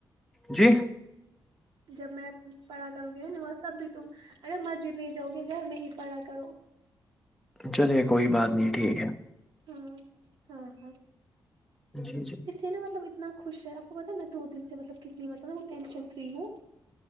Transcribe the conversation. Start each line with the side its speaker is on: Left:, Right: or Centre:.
Centre: جی
Right: جب میں پڑھا کروں گی نا نماز تب بھی تم ارے مسجد نہیں جاؤ گے گھر میں ہی پڑا کرو
Centre: چلیے کوئی بات نہیں ٹھیک ہے
Right: ہاں ہاں ہاں
Centre: جی جی
Right: اس سے نا مطلب اتنا خوش رہے آپ کو پتا ہے میں دو دن سےطلب کتنی مطلب میں وہ ٹینشن فری ہوں